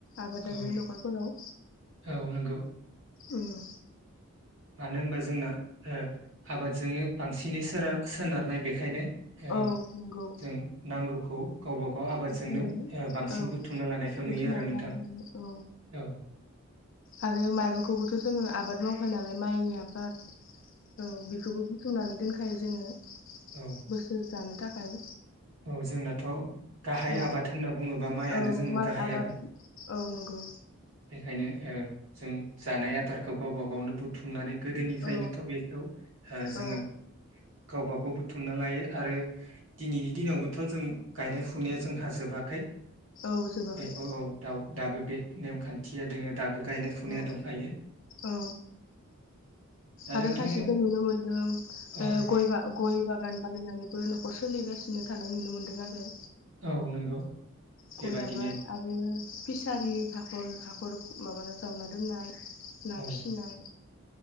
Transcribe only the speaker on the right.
औ
औ नंगौ
मानो होनबा जोंना आबादजोंनो बांसिनै सो <unintelligible> सोनारनाय बेखायनो ओ
जों नांगौखौ गावबा गाव आबादजोंनो
बांसिन
बुथुमना लानायखौ
नुयो आरो नोंथां
औ।
औ
औ जोंनाथ' गाहाय
आबाद होनना बुङोबा माइानो
जोंनाव
गाहाय आबाद
बेखायनो जों जानाय आदारखौ गावबा गावनो बुथुमनानै गोदोनिफ्रायनोथ'
बेखौ जोङो
गावबाागाव बुथुमना लायो आरो दिनैनि दिनावबोथ' जों गायनाय फुनाया जोंहाजोबाखै।
बेखौ औ दाउ दाबो बे नेमखान्थिया दोङो दाबो। गायनाय फुनाया
दंखायो
दा
नोंथांनाव
औ
औ नंगौ।
बेबादिनो
औ